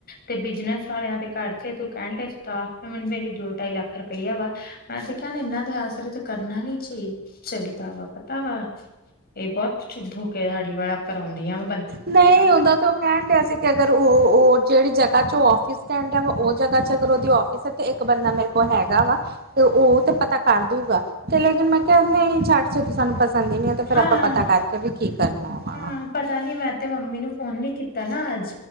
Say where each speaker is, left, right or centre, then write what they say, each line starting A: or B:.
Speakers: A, on the left; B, on the right.
A: ਤੇ ਬਿਜਨਸ ਵਾਲਿਆਂ ਤੇ ਘਰ 'ਚ ਏ ਤੇ ਕਾਣੀ ਦੇ ਸਟਾਫ <unintelligible> ਮੇਰੀ ਦੋ-ਢਾਈ ਲੱਖ ਰਪਏਆ ਵਾ ਮੈਂ ਤੇ ਕੇਆ ਨਾ ਇਨਾਂ ਦੇ ਆਸਰੇ ਤੇ ਕਰਨਾ ਹੀ ਨੀ ਚਾਹੀ ਚਾਈਦਾ ਵਾ, ਪਤਾ ਵਾ। <unintelligible> ਕਰਾਂਦੀ ਆਂ।
B: ਨਈ ਓਦਾ ਤਾਂ ਕੈਨ ਡਿਆ ਸੀ ਕਿ ਅਗਰ ਓ ਓ ਜੜੀ ਜਗਾ 'ਚ ਓ ਆਫਿਸ ਕੈਨ ਡਿਆ ਵਾ ਓ ਜਗਾ 'ਚ ਅਗਰ ਓਦੀ ਆਫਿਸ ਐ ਤੇ ਏੱਕ ਬੰਦਾ ਮੇਰੇ ਕੋਲ ਹੈਗਾ ਵਾ। ਤੇ ਓ ਤੇ ਪਤਾ ਕਰ ਦੂਗਾ ਤੇ ਲੇਕਿਨ ਮੈਂ ਕਿਆ ਨਈ ਛੱਡ ਚੱਕ ਸਾਨੂੰ ਪਸੰਦ ਈ ਨੀ ਤੇ ਫੇਰ
A: ਹਾਂ
B: ਆਪਾਂ ਪਤਾ ਕਰਕੇ ਵੀ ਕੀ ਕਰਨਾ ਵਾ।
A: ਹਾਂ ਪਤਾ ਨੀ ਮੈਂ ਤੇ ਮੰਮੀ ਨੂੰ ਫੋਨ ਨੀ ਕੀਤਾ ਨਾ ਅੱਜ